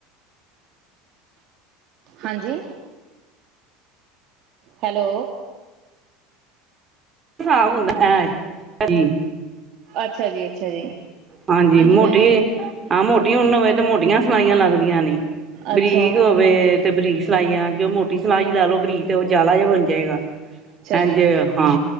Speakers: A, on the right; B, on the right.
A: ਹਾਂਜੀ ਹੈਲੋ
B: ਬ ਹੁੰਦਾ ਹੈ ਹਰੀ
A: ਅੱਛਾ ਜੀ ਅੱਛਾ ਜੀ
B: ਹਾਂਜੀ ਮੋਟੀ
A: ਭੈਣ ਜੀ।
B: ਹਾਂ ਮੋਟੀ ਉਣ ਹੋਵੇਂ ਤੇ ਮੋਟੀਆਂ ਸਲਾਈਆਂ ਲਾਲੋ ਬਰੀਕ
A: ਅੱਛਾ-ਅੱਛਾ
B: ਹੋਵੇ ਤੇ ਬਰੀਕ ਸਿਲਾਈਆਂ ਕਿ ਉਹ ਮੋਟੀ ਸਿਲਾਈ ਲਾ ਲੋ ਬਰੀਜ਼ ਤੇ ਉਹ ਜਾਲਾ ਜਿਹਾ ਬਣ ਜਾਏਗਾ ਹਂ
A: ਜੀ
B: ਜੇ ਹਾਂ